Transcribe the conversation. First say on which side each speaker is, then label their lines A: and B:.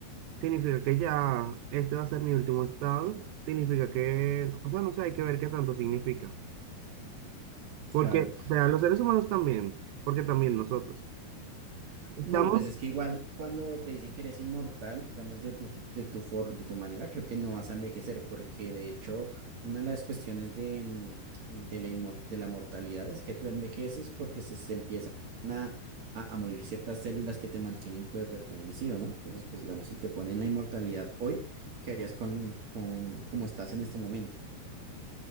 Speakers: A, on the right; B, on the right.
A: significa que ya este va a ser mi último estado, significa que, o sea, no sé, hay que ver qué tanto significa.
B: Claro.
A: Porque, o sea, los seres humanos también, porque también nosotros estamos,
B: No, pues es que igual cuando te dicen que eres inmortal, digamos de tu, de tu for- de tu manera, creo que no vas a envejecer, porque de hecho una de las cuestiones de, mm, de la, inmor- de la mortalidad es que tú envejeces porque se, se empiezan a, a- a morir ciertas células que te mantienen pues rejuvenecido, ¿no? Entonces, pues digamos, si te ponen la inmortalidad hoy, ¿qué harías con, con cómo estás en este momento?